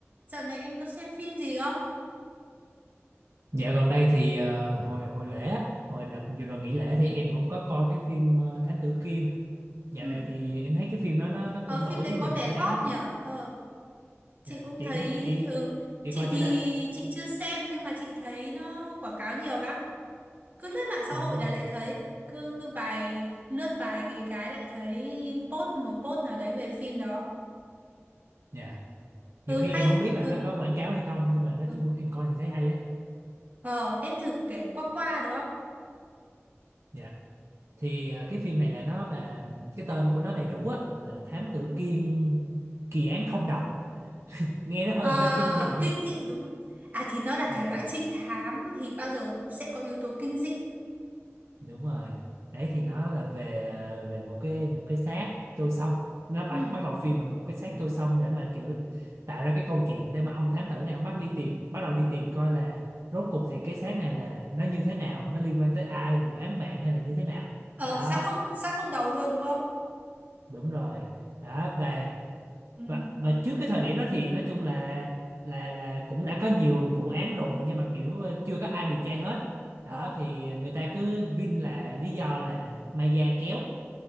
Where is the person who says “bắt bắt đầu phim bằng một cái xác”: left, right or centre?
Right